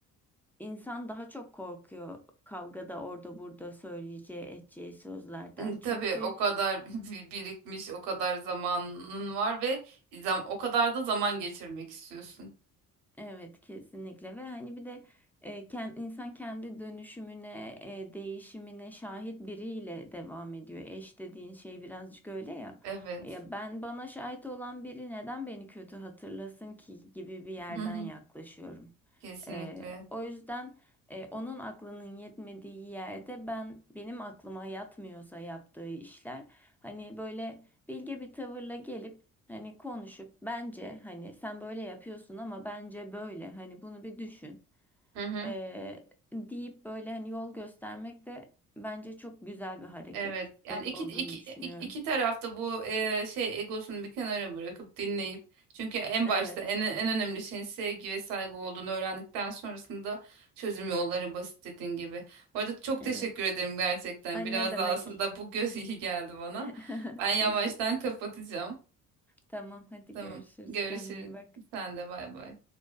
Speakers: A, in the centre; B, on the right (about 70°).
A: insan daha çok korkuyor kavgada orada burada söyleyeceği edeceği sözlerden.
B: Hı,
A: Çünkü
B: Tabii o kadar <laughs> bi- birikmiş, o kadar zamanın var ve zam o kadar da zaman geçirmek istiyorsun.
A: Evet kesinlikle ve hani bir de e, kend- insan kendi dönüşümüne, e, değişimine şahit biriyle devam ediyor. Eş dediğin şey birazcık öyle ya.
B: Evet.
A: E, Ya ben bana şahit olan biri neden beni kötü hatırlasın ki gibi bir yerden
B: Hı hı.
A: yaklaşıyorum.
B: Kesinlikle.
A: E, o yüzden e, onun aklının yetmediği yerde ben benim aklıma yatmıyorsa yaptığı işler hani böyle bilge bir tavırla gelip Hani konuşup bence hani sen böyle yapıyorsun ama bence böyle hani bunu bir düşün
B: Hı hı.
A: ee, deyip böyle hani yol göstermek de bence çok güzel bir hareket.
B: Evet. Yani
A: Öyle
B: iki
A: olduğunu
B: iki
A: düşünüyorum.
B: iki, iki tarafta bu e, şey egosunu bir kenara bırakıp dinleyip çünkü en
A: Evet,
B: başta en en önemli şeyin sevgi ve saygı olduğunu öğrendikten sonrasında çözüm yolları basit dediğin gibi. Bu arada çok
A: evet.
B: teşekkür ederim gerçekten.
A: Ay
B: Biraz
A: ne demek.
B: da aslında bu göz iyi geldi bana.
A: <laughs>
B: Ben yavaştan
A: Teşekkürler.
B: kapatacağım.
A: Tamam hadi
B: Tamam.
A: görüşürüz
B: Görüşürüz.
A: kendine iyi bak.
B: Sen de bay bay.